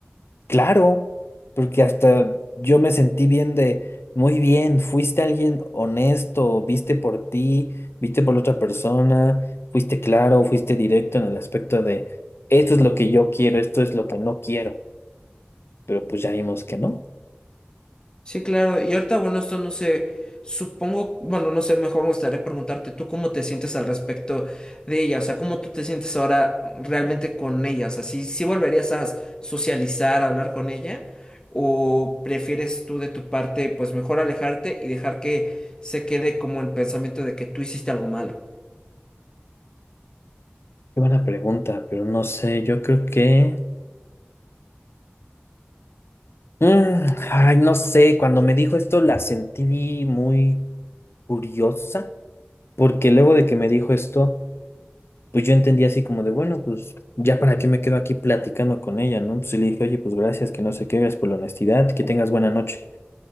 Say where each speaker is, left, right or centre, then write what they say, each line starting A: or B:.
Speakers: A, on the left; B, on the left.
A: Claro, porque hasta yo me sentí bien de, muy bien, fuiste alguien honesto, viste por ti, viste por la otra persona, fuiste claro, fuiste directo en el aspecto de, esto es lo que yo quiero, esto es lo que no quiero, pero pues ya vimos que no.
B: Sí, claro. Y ahorita, bueno, esto no sé, supongo, bueno, no sé, mejor me gustaría preguntarte tú cómo te sientes al respecto de ella, o sea, cómo tú te sientes ahora realmente con ella, o sea, si, si volverías a socializar, a hablar con ella, o prefieres tú de tu parte, pues mejor alejarte y dejar que se quede como el pensamiento de que tú hiciste algo malo.
A: Qué buena pregunta, pero no sé, yo creo que... Mm, ay, no sé, cuando me dijo esto la sentí muy curiosa, porque luego de que me dijo esto... pues yo entendí así como de, bueno, pues ya para qué me quedo aquí platicando con ella, ¿no? Pues y le dije, oye, pues gracias, que no sé qué, gracias por la honestidad, que tengas buena noche.